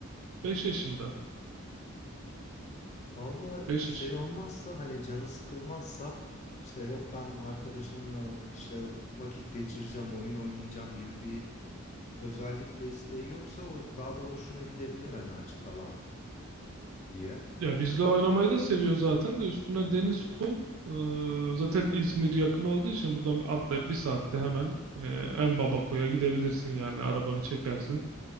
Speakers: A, on the right; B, on the left.
A: 5 yaşında.
B: Valla
A: 5
B: şey olmazsa hani canı sıkılmazsa işte yok ben arkadaşımla işte vakit geçireceğim, oyun oynayacağım gibi bir özellikle isteği yoksa ho- daha da hoşuna gidebilir hani açık alan diye.
A: Ya bizle oynamayı da seviyor zaten de üstüne deniz, kum. Ee, zaten İzmir yakın olduğu için buradan bir atlayıp bir saatte
B: Hı hı.
A: hemen e, en Babako'ya gidebilirsin yani arabanı çekersin.